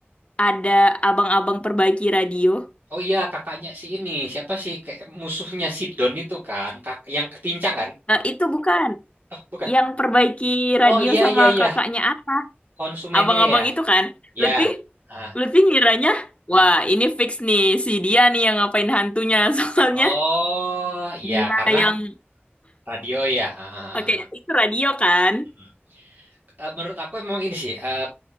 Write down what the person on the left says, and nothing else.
ada abang-abang perbaiki radio?
Eh, itu bukan
yang perbaiki radio
sama
kakaknya Atta.
Abang-abang
itu kan, Lutfi,
Lutfi ngiranya,
wah ini fix nih si dia nih yang ngapain hantunya <laughs> soalnya
dia
yang
pakai itu radio kan?